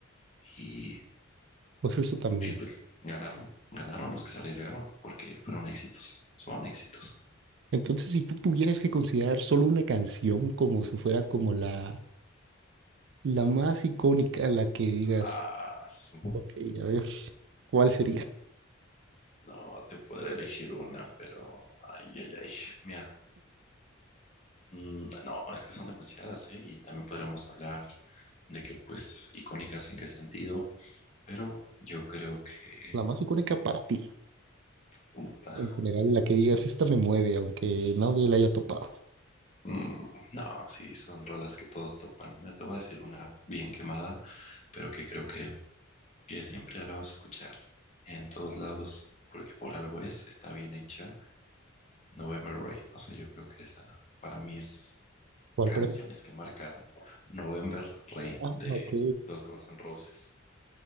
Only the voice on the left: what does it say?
y,
y pues ganaron, ganaron los que se arriesgaron porque fueron éxitos, son éxitos.
Ah, sí.
no te podré elegir una, pero ay, ay, ay, mira, mm, no, es que son demasiadas, ¿eh? Y también podríamos hablar de que, pues, icónicas en qué sentido, pero yo creo que
puta,
Mm, No, sí, son rolas que todos topan. Mira, te voy a decir una bien quemada, pero que creo que, que siempre la vas a escuchar en todos lados, porque por algo es, está bien hecha. November Rain, o sea, yo creo que esa para mí es
canciones que marcaron. November Rain
de
los Guns N' Roses.